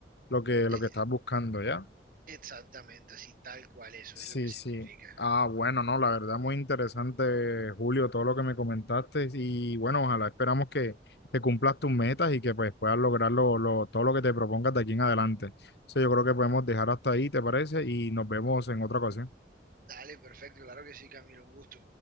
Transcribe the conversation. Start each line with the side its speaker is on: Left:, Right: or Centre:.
Left: lo que
Right: Eh,
Left: lo que estás buscando, ¿ya?
Right: exactamente, así, tal cual, eso
Left: Sí,
Right: es lo que significa.
Left: sí. Ah, bueno, no, la verdad muy interesante, Julio, todo lo que me comentaste y bueno, ojalá esperamos que, que cumplas tus metas y que pues puedas lograr lo- lo- todo lo que te propongas de aquí en adelante. Entonces yo creo que podemos dejar hasta ahí, ¿te parece? Y nos vemos en otra ocasión.
Right: Dale, perfecto, claro que sí, Camilo, un gusto.